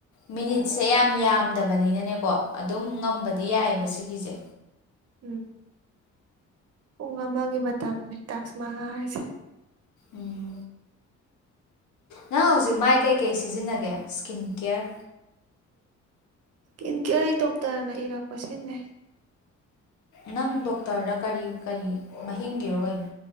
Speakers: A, on the left; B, on the right.
A: ꯃꯤꯅꯤꯠꯁꯦ ꯌꯥꯝ ꯌꯥꯝꯗꯕꯅꯤꯅꯅꯦꯀꯣ ꯑꯗꯨꯝ ꯉꯝꯕꯗꯤ ꯌꯥꯏꯑꯕ ꯁꯤꯒꯤꯁꯦ
B: ꯎꯝ ꯄꯨꯡ ꯑꯃꯒꯤ ꯃꯇꯝꯅꯤ ꯇꯥꯛꯁꯃꯉꯥ ꯍꯥꯏꯁꯦ
A: ꯎꯝ ꯅꯪ ꯍꯧꯖꯤꯛ ꯃꯥꯏ ꯀꯩꯀꯩ ꯁꯤꯖꯤꯟꯅꯒꯦ ꯁ꯭ꯀꯤꯟ ꯀꯦꯌꯔ
B: ꯏꯤꯟ ꯀꯦ ꯑꯩ ꯗꯣꯛꯇꯔꯅ ꯏꯔꯛꯄꯁꯤꯅꯦ
A: ꯅꯪ ꯗꯣꯛꯇꯔꯗ ꯀꯔꯤ ꯀꯔꯤ ꯃꯍꯤꯡꯒꯤꯔꯣ ꯀꯩꯅꯣ